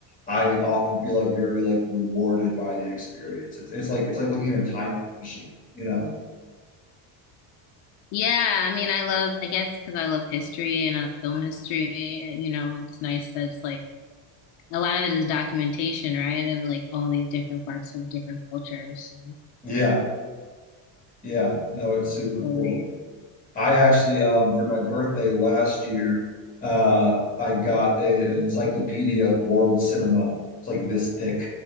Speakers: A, on the left; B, on the left.
A: I often feel like very like rewarded by the experience. It's it's like it's like looking at a time machine, you know?
B: yeah, I mean, I love, I guess, because I love history and I love film history, you know, it's nice that it's like a lot of it is documentation, right, of like all these different parts of different cultures.
A: Yeah, yeah. No, it's super
B: So,
A: cool.
B: really, um,
A: I actually, um, for my birthday last year, uh, I got a, an encyclopedia of world cinema. It's like this thick,